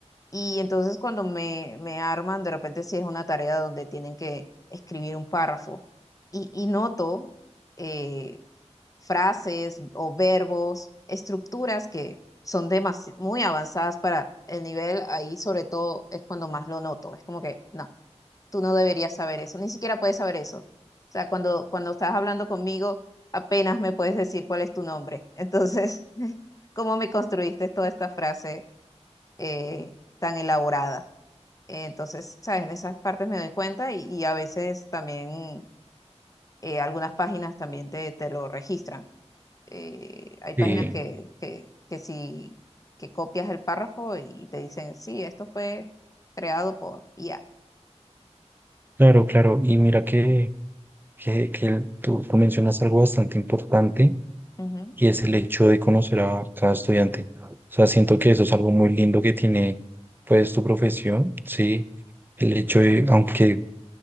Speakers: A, on the left (about 30°); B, on the right (about 15°).
A: y entonces cuando me, me arman, de repente si es una tarea donde tienen que escribir un párrafo y, y noto eh, frases o verbos, estructuras que son demasi- muy avanzadas para el nivel, ahí sobre todo es cuando más lo noto. Es como que, no, tú no deberías saber eso, ni siquiera puedes saber eso. O sea, cuando, cuando estás hablando conmigo, apenas me puedes decir cuál es tu nombre. Entonces, <laughs> ¿cómo me construiste toda esta frase eh, tan elaborada? Entonces, ¿sabes? En esas partes me doy cuenta y, y a veces también eh, algunas páginas también te, te lo registran. Eh, hay páginas
B: Sí,
A: que, que, que si que copias el párrafo y te dicen, sí, esto fue creado por IA.
B: claro, claro. Y mira que... que, que tú, tú mencionas algo bastante importante
A: Ujú.
B: y es el hecho de conocer a cada estudiante. O sea, siento que eso es algo muy lindo que tiene pues tu profesión, ¿sí? El hecho de, aunque